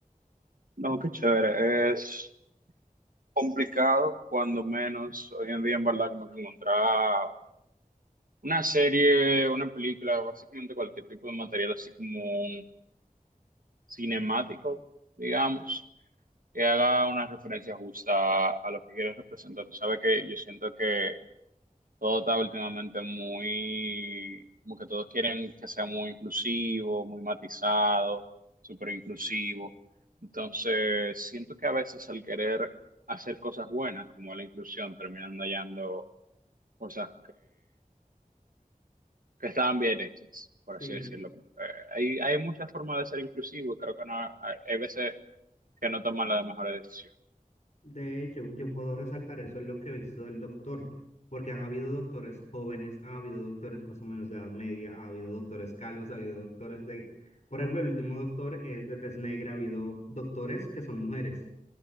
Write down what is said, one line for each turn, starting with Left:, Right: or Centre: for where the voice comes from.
Right: no, qué chévere. Es complicado, cuando menos hoy en día, en verdad, como que encontrar Una serie, una película, básicamente cualquier tipo de material así como un cinemático, digamos, que haga una referencia justa a lo que quieres representar. Tú sabes que yo siento que todo está últimamente muy, como que todos quieren que sea muy inclusivo, muy matizado, súper inclusivo. Entonces, siento que a veces al querer hacer cosas buenas, como la inclusión, terminan hallando cosas que estaban bien hechas, por
Left: Sí,
Right: así decirlo. Como que hay, hay muchas formas de ser inclusivo y creo que no, hay, hay veces que no toman la mejor decisión.
Left: De hecho, yo puedo resaltar eso en lo que he visto del doctor, porque han habido doctores jóvenes, ha habido doctores más o menos de edad media, ha habido doctores calvos, ha habido doctores de, por ejemplo, el último doctor es de tez negra, ha habido doctores que son mujeres.